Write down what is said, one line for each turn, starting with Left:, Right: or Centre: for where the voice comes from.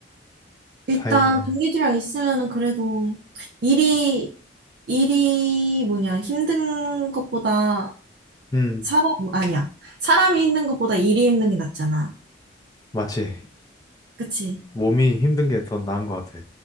Right: 일단
Left: 다행이네.
Right: 동기들이랑 있으면은 그래도 일이 일이 뭐냐 힘든 것보다
Left: 음,
Right: 사람, 어, 아니야. 사람이 힘든 것보다 일이 힘든 게 낫잖아.
Left: 맞지.
Right: 그치?
Left: 몸이 힘든 게 더 나은 것 같아.